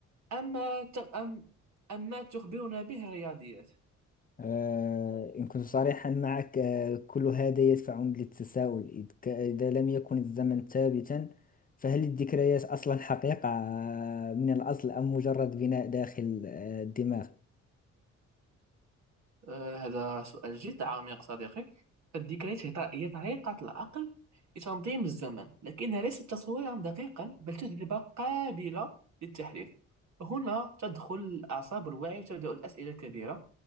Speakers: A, on the right (about 65°); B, on the left (about 30°).
A: أما ت- أم أما تخبرنا به الرياضيات
B: آه، إن كنت صريحا معك آه، كل هذا يدفعني للتساؤل إذ ك- إذا لم يكن الزمن ثابتا فهل الذكريات أصلا حقيقة آه، من الأصل أم مجرد بناء داخل آه، الدماغ؟
A: آه، هذا سؤال جد عميق صديقي الذكريات هي ط- هي طريقة العقل لتنظيم الزمن لكنها ليست تصويرا دقيقا بل تجربة قابلة للتحليل هنا تدخل الأعصاب والوعي وتبدأ الأسئلة الكبيرة